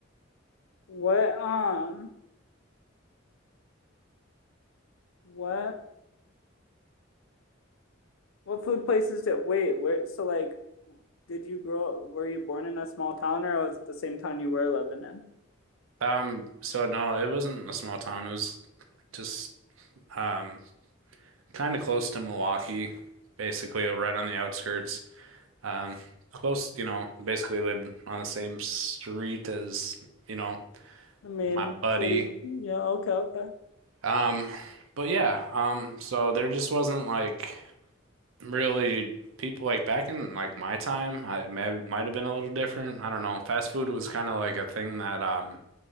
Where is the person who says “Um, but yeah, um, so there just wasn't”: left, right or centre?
Right